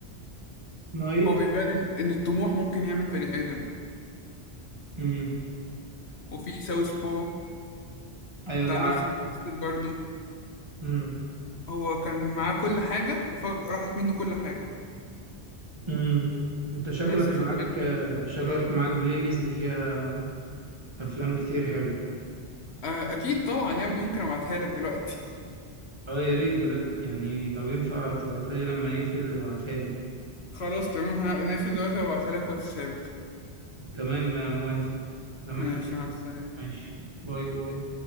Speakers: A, on the right; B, on the left.
A: نايت
B: هو بيبان ان إن الطموح ممكن يعمل بني ادم
A: امم
B: وفي ساوث بو
A: ايوه
B: بتاع
A: ده
B: نفس الممثل برضه
A: عارف
B: هو كان معاه كل حاجه وفجأة راحت منه كل حاجه
A: امم انت شكلك
B: بس في
A: معاك
B: الفيلم
A: شكلك معاك بلاي ليست فيها افلام كتير حلو
B: آه اكيد طبعا يا ابني ممكن ابعتها لك دلوقتي
A: اه يا ريت بجد يعني لو ينفع تبعتها لي لما نقفل ابعتها لي
B: خلاص تمام هنقفل دلوقتي وابعتلك واتساب
A: تمام انا موافق تمام
B: ماشي مع السلامة
A: ماشي باي باي